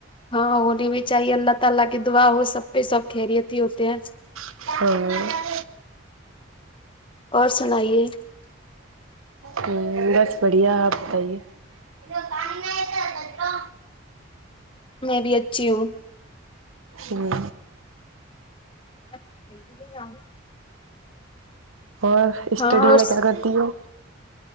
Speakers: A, on the left (about 25°); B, on the right (about 85°).
A: ہاں ہونی بھی چاہیے اللہ تعالی کی دعا وہ سب پہ سب خیریت ہی ہوتے ہیں
B: ہاں
A: اور سنائیے
B: ہم بس بڑھیا اپ بتائیے جو کم نائی ایہ تہہ نصرا
A: میں بھی اچھی ہوں
B: ہوں
A: <unintelligible>
B: اور اسٹڈی
A: ہاں اور
B: میں کیا کرتی ہو